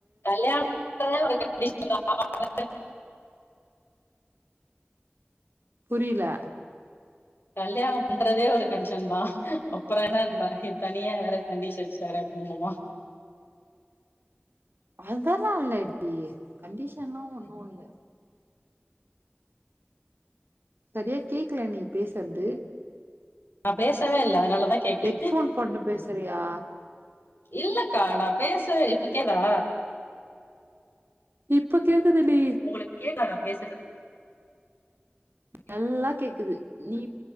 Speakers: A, on the left (about 70°); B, on the right (about 65°).
A: கல்யாண <inaudible>
B: புரியல
A: கல்யாணம் பண்றதே ஒரு கன்டீஷன் தா அப்புறம் என்னன்ற இது தனியா வேற கண்டீஷன்ஸ் வேற போடணுமா
B: அதெல்லா இல்லடி கண்டிஷன்லா ஒன்னு இல்ல சரியா கேக்கல நீ பேசறது
A: நா பேசவே இல்ல அதனாலதா கேக்கல
B: ஹெட்ஃபோன் போட்டு பேசுறியா
A: இல்லக்கா நா பேசவே இப்பக்கேதா
B: இப்ப கேக்குதடி
A: உங்களுக்கு கேக்காதா பேசுற
B: நல்லா கேக்குது நீ